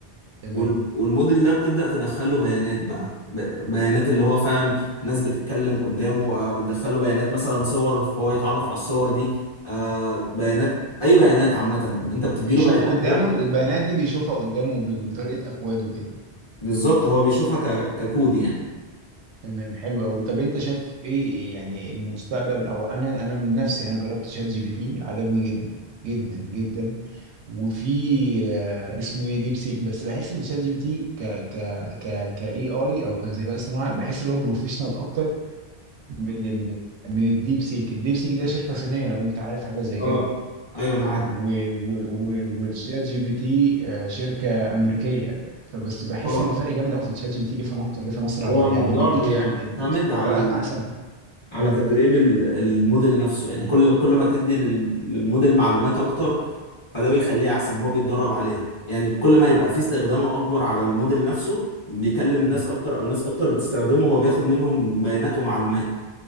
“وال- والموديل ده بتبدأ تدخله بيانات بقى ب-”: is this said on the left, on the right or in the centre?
Left